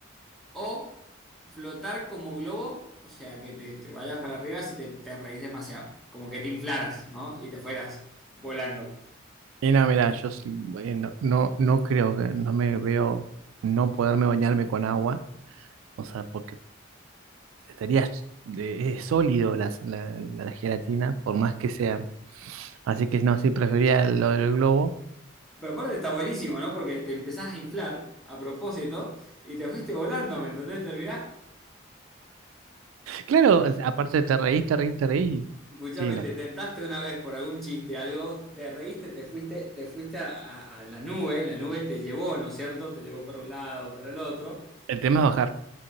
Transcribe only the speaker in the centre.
o flotar como globo, o sea, que te, te vayas para arriba si te, te reís demasiado. Como que te inflaras, ¿no? Y te fueras volando.
Pero aparte está buenísimo, ¿no? Porque te empezás a inflar a propósito y te fuiste volando, ¿me entendés? Terminás
Escuchame,
te tentaste una vez por algún chiste, algo, te reíste, te fuiste, te fuiste a, a- a la nube, la nube te llevó, ¿no es cierto? Te llevó para un lado, para el otro.